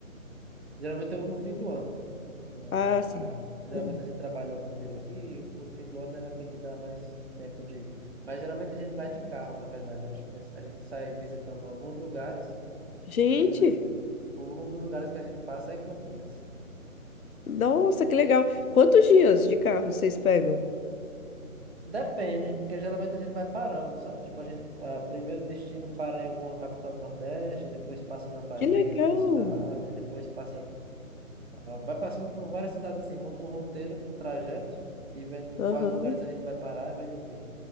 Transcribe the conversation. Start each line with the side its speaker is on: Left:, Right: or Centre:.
Right: Geralmente eu vou no fim do ano. né?
Left: Ah, sim.
Right: A- geralmente
Left: Uhum.
Right: a gente trabalha o ano inteiro aqui e o fim do ano é a que dá mais tempo de ir. Mas geralmente a gente vai de carro, na verdade, eu acho, mas a gente sai visitando alguns lugares
Left: Gente.
Right: e um dos, um dos lugares que a gente passa é Campinas.
Left: Nossa, que legal. Quantos dias de carro vocês pegam?
Right: Depende, porque geralmente a gente vai parando, sabe? Tipo, a gente, ah, primeiro destino para em alguma capital do Nordeste, depois passa na Bahia,
Left: Que legal.
Right: em alguma cidade, e depois passa, ah, vai passando por várias cidades assim, monta um roteiro com trajeto e vendo por
Left: Aham.
Right: quais lugares a gente vai parar e vai dormir.